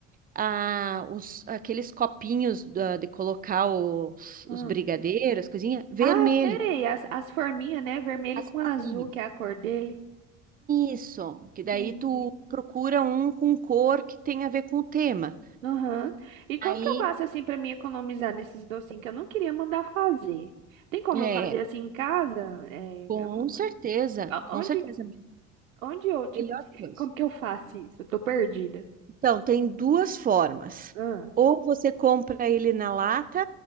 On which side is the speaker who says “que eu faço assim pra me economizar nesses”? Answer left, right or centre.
Right